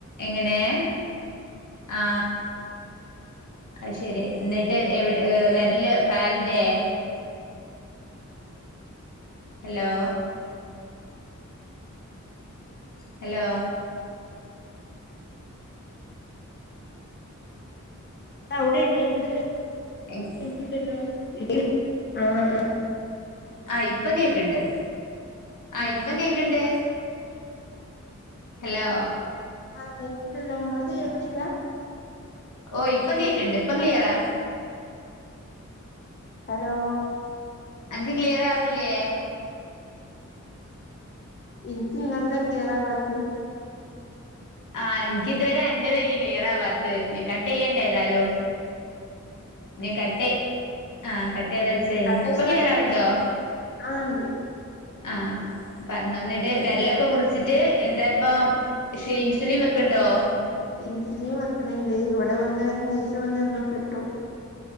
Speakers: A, on the left; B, on the left.
A: എങ്ങനെ ആ അ ശെരി എന്നിട്ട് എവിടെ വെരല് കാലിന്റെയേ ഹലോ ഹലോ
B: അവിടെ <unintelligible> ഇവ്ട
A: എങ്
B: ഇണ്ടല്ലോ <unintelligible> ആ
A: ആ യിപ്പം കേക്കണ്ട് ആയിപ്പം
B: ആഹ്
A: കേൾക്കണ്ട്
B: <inaudible>
A: ഹലോ
B: ആഹ് കേക്കില്ണ്ടല്ലോ ങ്ങൾക്ക് കേക്കണില്ലാ
A: ഓ ഇപ്പം കേൾക്ക്ണ്ട് ഇപ്പം ക്ളിയറാ
B: ഹലോ
A: അനക്ക് ക്ലിയർ ആവിൺല്ലേ
B: ഇനിക്ക് ഇങ്ങതാ ക്ലിയറാവാത്ത്
A: ആ എനിക്ക് ഇതുവരെ അൻന്റെ കയ്ഞ് ക്ലിയർ ആവാത് കട്ട് ചെയ്യണ്ട ഏതാലും നി കട്ട് ആ കട്ട് ചെയ്ത് വെച് ശരി
B: കട്ട്
A: ഇപ്പൊ
B: ചെയ്താ
A: ക്ലിയറാവിണ്ടോ
B: പിന്നെ ആ ണ്ട്
A: ആഹ് പറഞ്ഞു എന്നിട്ട് വെരലൊക്കെ മുറിച്ചിട്ട് എന്താ ഇപ്പം ഷെയിംസുലിൻ വെക്കുണ്ടോ
B: ഇൻസുലിൻ വെക്കണ് ണ്ട് ഇവിടെ വന്ന് ഒരു നേഴ്സ് വന്ന് എന്നും കെട്ടും